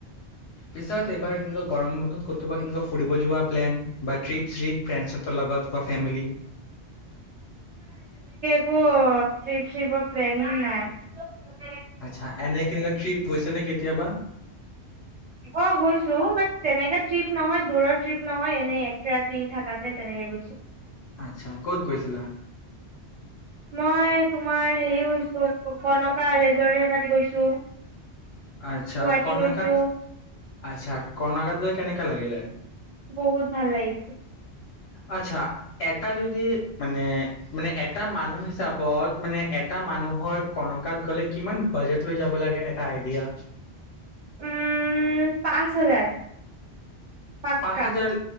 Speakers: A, on the left; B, on the right.
A: পিছত এইবাৰ কেনেকুৱা গৰম বন্ধত কতোবা কেনেকুৱা। ফুৰিব যোৱা প্লেন বা ট্ৰিপ চ্ৰিপ। ফ্ৰেণ্ডছ হঁতৰ লগত বা ফেমিলি।
B: অ ত্ৰিপ চিপ প্লেনি নাই।
A: আচ্ছা এনে কেনেকুৱা ট্ৰিপ গৈছে। নে কেতিয়াবা।
B: অ গৈছো মানে তেনেকে ট্ৰিপ নহয় দূৰৰ ট্ৰিপ নহয় এনেই একে ৰাতি থকাকে তেনেকে গৈছো।
A: আচ্ছা ক'ত গৈছিলা।
B: মই তোমাৰ হেৰি গৈছো কনকা ৰিজৰ্ট তাত গৈছো।
A: আচ্ছা
B: গুৱাহাটী
A: কণাকাত
B: গৈছো
A: আচ্ছা কণাকাত গৈ কেনেকা লাগিলে।
B: বহুত ভাল লাগিছে।
A: আচ্ছা এটা যদি মানে মানে এটা মানুহ হিচাপে। মানে এটা মানুহৰ কনকাত গ'লে কিমান বাজেট লৈ যাব লাগে এটা আই। এতিয়া
B: উম পাঁচ হাজাৰ পাক্কা
A: পাহজল